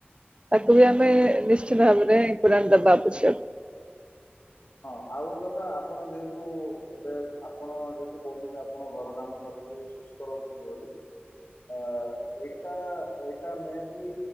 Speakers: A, on the right (about 25°); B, on the left (about 55°).
A: ତାକୁ ବି ଆମେ ନିଶ୍ଚିତ ଭାବରେ। <unintelligible>
B: ହଁ ଆଉ ଗୋଟେ କଥା ଆପଣ ଯେହେତୁ ଏବେ ଆପଣ ଯେହେତୁ କହୁଛନ୍ତି ଆପଣ ଘର କାମ କରିକି ସୁସ୍ଥ ରହୁଛନ୍ତି ବୋଲି ଆ ଏଇଟା ଏଇଟା ମ ବି